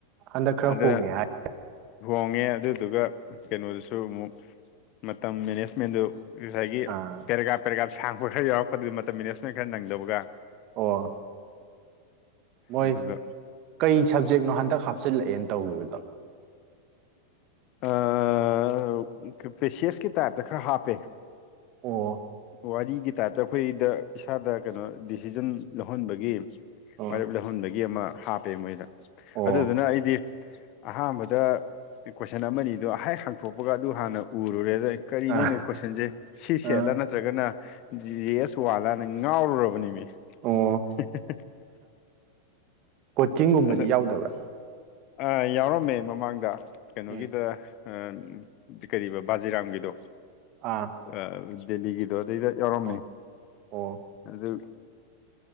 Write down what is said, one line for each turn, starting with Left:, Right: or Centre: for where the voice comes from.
Right: ꯍꯟꯗꯛ ꯈꯔ
Left: ꯑꯗꯨꯅ
Right: ꯍꯣꯡꯉꯦ ꯍꯥꯏ
Left: ꯍꯣꯡꯉꯦ ꯑꯗꯨꯗꯨꯒ ꯀꯩꯅꯣꯗꯨꯁꯨ ꯑꯃꯨꯛ ꯃꯇꯝ ꯃꯦꯅꯦꯁꯃꯦꯟꯗꯨ ꯉꯁꯥꯏꯒꯤ
Right: ꯑꯥ
Left: ꯄꯦꯔꯦꯒ꯭ꯔꯥꯞ-ꯄꯦꯔꯦꯒ꯭ꯔꯥꯞ ꯁꯥꯡꯕ ꯈꯔ ꯌꯥꯎꯔꯛꯄꯗꯨꯗ ꯃꯇꯝ ꯃꯦꯅꯦꯁꯃꯦꯟ ꯈꯔ ꯅꯪꯗꯕꯒ
Right: ꯑꯣ ꯃꯣꯏ
Left: ꯑꯗꯨꯒ
Right: ꯀꯩ ꯁꯕꯖꯦꯛꯅꯣ ꯍꯟꯗꯛ ꯍꯥꯞꯆꯤꯜꯂꯛꯑꯦꯅ ꯇꯧꯒꯤꯕꯗꯣ
Left: ꯑꯥ ꯀ ꯄꯦꯁꯦꯁꯀꯤ ꯇꯥꯏꯞꯇ ꯈꯔ ꯍꯥꯞꯄꯦ
Right: ꯑꯣ
Left: ꯋꯥꯔꯤꯒꯤ ꯇꯥꯏꯞꯇ ꯑꯩꯈꯣꯏꯗ ꯏꯁꯥꯗ ꯀꯩꯅꯣ ꯗꯤꯁꯤꯖꯟ ꯂꯧꯍꯟꯕꯒꯤ
Right: ꯑꯣ
Left: ꯋꯥꯔꯦꯞ ꯂꯧꯍꯟꯕꯒꯤ ꯑꯃ ꯍꯥꯞꯄꯦ ꯃꯣꯏꯗ
Right: ꯑꯣ
Left: ꯑꯗꯨꯗꯨꯅ ꯑꯩꯗꯤ ꯑꯍꯥꯟꯕꯗ ꯀꯣꯏꯁꯟ ꯑꯃꯅꯤꯗꯣ ꯍꯦꯛ ꯍꯥꯡꯇꯣꯛꯄꯒ ꯑꯗꯨ ꯍꯥꯟꯅ ꯎꯔꯨꯔꯦ ꯑꯗ ꯀꯔꯤꯅꯣꯅꯦ
Right: ꯑꯥ
Left: ꯀꯣꯏꯁꯟꯖꯦ ꯁꯤ
Right: ꯑꯥ
Left: ꯁꯦꯠꯂ ꯅꯠ ꯇ꯭ꯔꯒꯅ ꯖꯤ ꯖꯤ ꯑꯦꯁ ꯋꯥꯜꯂꯥꯅ ꯉꯥꯎꯔꯨꯔꯕꯅꯤ ꯃꯤ
Right: ꯑꯣ
Left: <unintelligible>
Right: ꯀꯣꯆꯤꯡꯒꯨꯝꯕꯗꯤ
Left: ꯑꯗꯣ
Right: ꯌꯥꯎꯗꯕ꯭ꯔꯥ
Left: ꯑꯥ ꯌꯥꯎꯔꯝꯃꯦ ꯃꯃꯥꯡꯗ ꯀꯩꯅꯣꯒꯤꯗ
Right: ꯎꯝ
Left: ꯑꯥ ꯀꯔꯤꯕ ꯕꯥꯖꯤꯔꯥꯝꯒꯤꯗꯣ
Right: ꯑꯥ
Left: ꯑ ꯗꯦꯜꯂꯤꯒꯤꯗꯣ ꯑꯗꯩꯗ ꯌꯥꯎꯔꯝꯃꯦ
Right: ꯑꯣ ꯑꯣ
Left: ꯑꯗꯨ